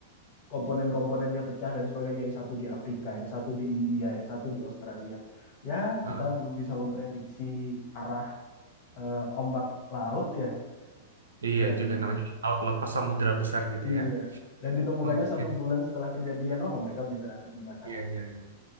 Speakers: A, on the left; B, on the right.
A: komponen-komponennya pecah dan sebagainya yang satu di Afrika yang satu di India yang satu di Australia ya
B: Heeh.
A: kita belum bisa memprediksi arah eh, ombak laut ya
B: Iya
A: dan
B: juga namanya juga laut lepas samudra besar gitu
A: iya
B: ya.
A: dan ditemukannya
B: Oke.
A: satu bulan setelah kejadian oh mereka bisa ada di mana
B: Iya iya iya.